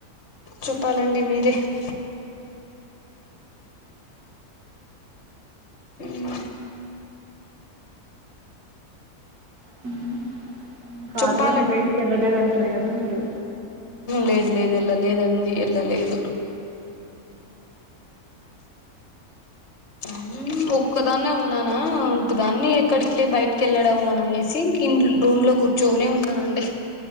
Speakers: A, on the left; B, on the right.
A: చెప్పాలండి మీరు త హ్మ్
B: హ్మ్ ఇంక
A: చెప్పాలండి
B: ఆదివారం బయటికి ఎల్లలేద్ అం అంతేగద మీరు
A: లేద్ లేద్ ఎల్ల లేదండి ఎల్ల లేదు ఉమ్మ్ ఒక్కదాన్నే ఉన్నానా ఒకదాన్ని ఎక్కడికి లే బయటికి వెళ్ళడము అని అనేసి ఇంక ఇం రూమ్ లో కూర్చొనే ఉన్నానండి